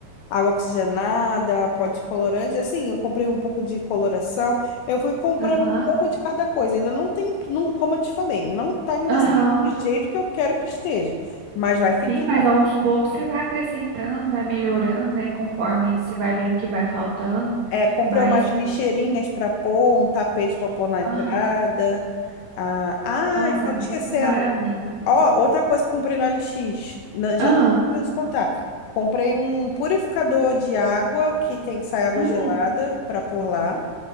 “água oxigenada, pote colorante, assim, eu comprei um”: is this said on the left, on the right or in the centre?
Left